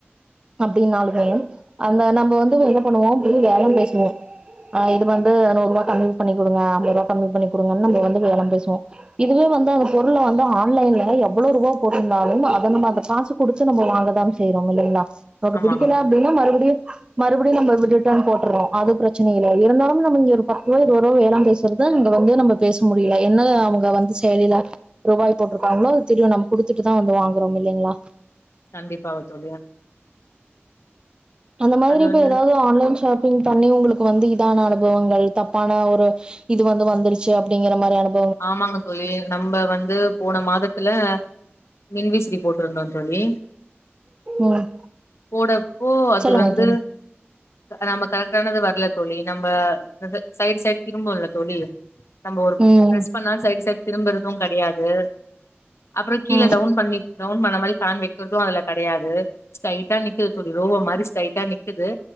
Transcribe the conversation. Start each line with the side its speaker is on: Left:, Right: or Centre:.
Right: அப்டின்னாலுமே அந்த நம்ம வந்து என்ன பண்ணுவோ வெளிய பேரம் பேசுவோ ஆ இது வந்து ஏறனூறுவா கம்மி பண்ணி குடுங்க அம்பரூபா கம்மி பண்ணி குடுங்கன்னு நம்ம வந்து பேரம் பேசுவோ இதுவே வந்து அந்த பொருள வந்து ஆன்லைன்ல எவ்ளோ ரூபா போட்ருந்தாலும் அத நம்ம அந்த காசு குடுத்து நம்ம வாங்கதாம் செய்றோ இல்லிங்ளா நமக்கு
Left: ஆமாங்க
Right: பிடிக்கல
Left: தோழி
Right: அப்டின்னா மறுபடியு மறுபடியு நம்ம ரிட்டன் போட்டுறோ அது பிரச்சன இல்ல இருந்தாலு நம்ம இங்க ஒரு பத்து ரூவா இருவரூவா அப்போ பேரம் பேசுறத இங்க வந்து நம்ம பேச முடியல என்ன அவுங்க வந்து செயலில ரூபாய் போட்ருக்காங்களோ அது தெரியு நம்ம குடுத்துட்டுதா வந்து வாங்குறோ இல்லிங்ளா
Left: கண்டிப்பாவத் தோழி
Right: அந்த மாதிரி
Left: அது
Right: இப்ப
Left: வந்து
Right: எதாவது ஒரு ஆன்லைன் ஷாப் திங் பண்ணி உங்களுக்கு வந்து இதான அனுபவங்கள் தப்பான ஒரு இது வந்து வந்துருச்சு அப்டிங்கிற மாரி அனுப்
Left: ஆமாங்க தோழி நம்ம வந்து போன மாதத்துல மின் விசிறி போட்ருந்தோ தோழி
Right: ம்
Left: போடப்போ அது
Right: சொல்லுங்க
Left: வந்து
Right: தோழி
Left: நம்ம கரெட்டானது வரல தோழி நம்ப சைய்டு சைய்டு திரும்புல்ல தோழி நம்ம ஒரு
Right: ம்
Left: ப்ரஸ் பண்ணா சைடு சைடு திரும்பறதும் கெடையாது அப்றோ கீழ
Right: ம்
Left: டவுன் பண்ணி டவுன் பண்ண மாரி ஃபேன் வைக்குறது அதுல கெடையாது ஸ்ட்ரைடா நிக்குது தோழி ரோபோ மாரி ஸ்ட்ரைட்டா நிக்குதது